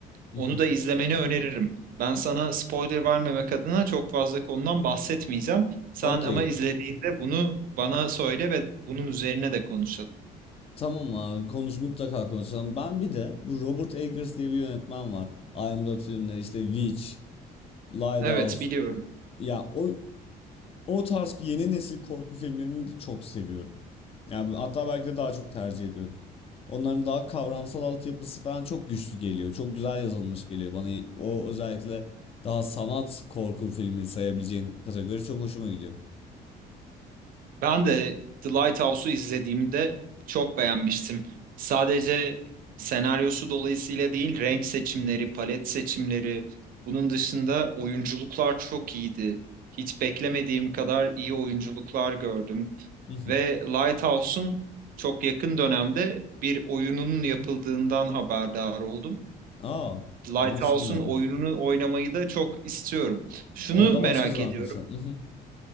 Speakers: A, on the left; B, on the right.
A: <laughs>
B: Onu da izlemeni öneririm. Ben sana spoiler vermemek adına çok fazla konudan bahsetmeyeceğim. Sen
A: Okey.
B: ama izlediğinde bunu bana söyle ve bunun üzerine de konuşalım.
A: Tamam abi konuş mutlaka konuşalım. Ben bir de bu Robert Eggers diye bir yönetmen var. I Am 4 filmleri işte Witch, Lighthouse.
B: Evet, biliyorum.
A: Ya o, o tarz yeni nesil korku filmlerini de çok seviyorum. Yani hatta belki de daha çok tercih ediyorum. Onların daha kavramsal altyapısı falan çok güçlü geliyor. Çok güzel yazılmış geliyor bana. O özellikle daha sanat korku filmi sayabileceğin kategori çok hoşuma gidiyor.
B: Ben de The Lighthouse'u izlediğimde çok beğenmiştim. Sadece senaryosu dolayısıyla değil, renk seçimleri, palet seçimleri, bunun dışında oyunculuklar çok iyiydi. Hiç beklemediğim kadar iyi oyunculuklar gördüm.
A: <laughs>
B: Ve Lighthouse'un çok yakın dönemde bir oyununun yapıldığından haberdar oldum.
A: Aa,
B: Lighthouse'un
A: onu hiç bilmiyordum.
B: oyununu oynamayı da çok istiyorum. Şunu
A: Onu da
B: merak
A: başka zaman
B: ediyorum.
A: konuşalım.